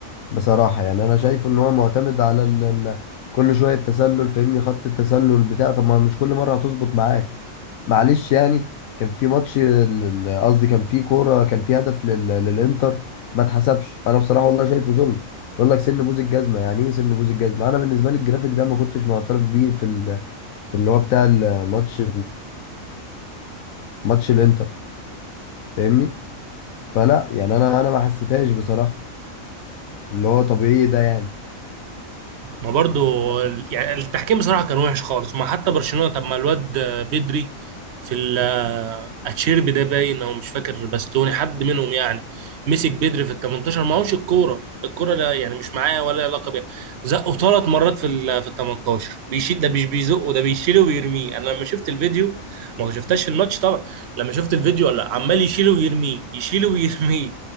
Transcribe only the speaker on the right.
ما برضو
ال- يعني التحكيم بصراحة كان وحش خالص ما حتى برشلونة طب ما الواد بدري في ال- اتشيربي ده باين او مش فاكر باستوني حد منهم يعني مسك بدري في ال 18 معهوش الكورة الكورة لا يعني مش معاه ولا ليها علاقة بيها زقه ثلاث مرات في ال في ال 18 بيشيل ده مش بيزقه ده بيشيله ويرميه انا لما شفت الفيديو ما هو شفتش الماتش طبعا لما شفت الفيديو لا عمال يشيله ويرميه يشيله ويرميه